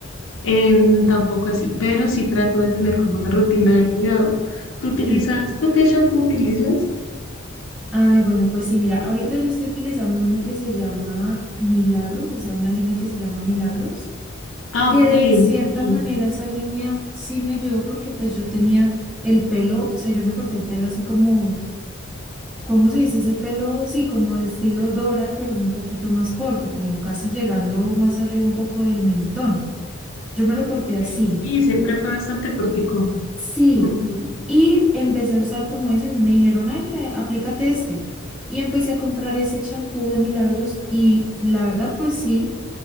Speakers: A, on the left; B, in the centre.
A: em, tampoco así, pero sí trato de tener como una rutina del cuidado. ¿Tú utilizas,
B: Sí.
A: tú qué shampoo utilizas?
B: Ay, bueno, pues sí, mira, ahorita yo estoy utilizando uno que se llama Milagros, o sea, una línea que se llama Milagros.
A: Ah,
B: que
A: ok,
B: de cierta
A: sí.
B: manera esa línea sí me ayudó porque pues yo tenía el pelo, o sea, yo me corté el pelo así como, ¿cómo se dice ese pelo? Sí, como de estilo Dora, pero un poquito más corto, como casi llegando más arriba un poco del mentón. Yo me lo corté así,
A: Sí, sí, siempre fue bastante cortico.
B: sí,
A: Ujú,
B: y empecé a usar como ese, a mí me dijeron, ay, mira, aplícate este. Y empecé a comprar ese champú de Milagros y la verdad, pues sí.